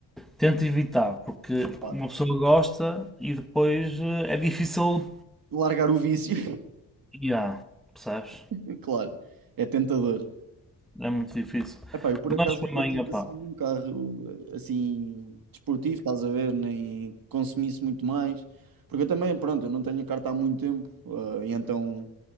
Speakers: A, in the centre; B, on the right (about 60°).
A: tento evitar, porque
B: Claro.
A: uma pessoa gosta e depois eh, é difícil.
B: Largar o vício,
A: Yeah, percebes?
B: <laughs> claro, é tentador.
A: É muito difícil.
B: Epá, eu por acaso
A: Mas para
B: nunca
A: mim,
B: tive
A: opá,
B: assim um carro eh, assim desportivo, estás a ver, nem consumisse muito mais, porque eu também, pronto, eu não tenho a carta há muito tempo, eh, e então,